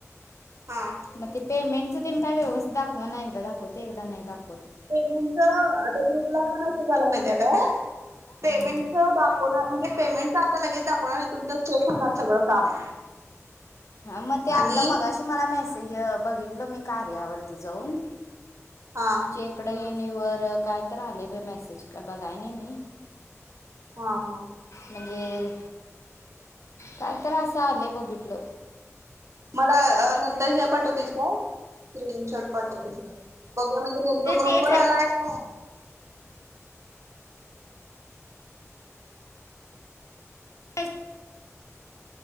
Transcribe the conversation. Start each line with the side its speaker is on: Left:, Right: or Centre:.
Right: हा
Left: म ते पेमेंटचं त्यांनी काय व्यवस्थ दाखवा ना एकदा दाखवते ते एकदा नाही दाख
Right: पेमेंटच त्या ग्रुपला काय मेसेज आला माहिते का? पेमेंटच
Left: हं.
Right: दाख व म्हणजे पेमेंट आता लगेच दाखवणार नाही तुमच चेक होणार सगळं काम.
Left: हा मग ते आता
Right: आणि
Left: मगाशी मला मेसे बघितल मी कार्या वरती जाऊन.
Right: हा
Left: चेकड ईन व काय तर आलेय बाई मेसेज काय बघाय नाही मी.
Right: हा हा.
Left: म्हणजे काय तर असं आलंय बघितल.
Right: मला नंतर ह्या पाठवतीस काय? स्क्रीनशॉट पाठवते का? घूया म्हणजे नेमकं
Left: ते
Right: ग्रुप
Left: तेच
Right: वर आलाय का?
Left: आहे